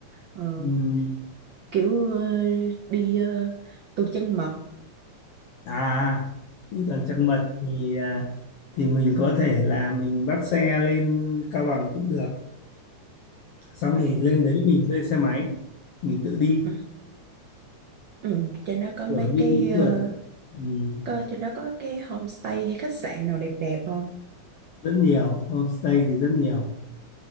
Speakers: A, on the right; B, on the left.
A: ờ,
B: Ừm,
A: kiểu ờ, đi ờ, tuần trăng mật
B: à chứ còn trong mật thì à, thì mình có thể là mình bắt xe lên Cao Bằng cũng được xong
A: À,
B: rồi lên đấy mình thuê xe máy mình tự đi
A: ừ. ừ, trên đó có mấy
B: kiểu như
A: cái
B: đi
A: ờ,
B: phượt Ừm,
A: có trên đó có cái homestay hay khách sạn nào đẹp đẹp không
B: rất nhiều homestay thì rất nhiều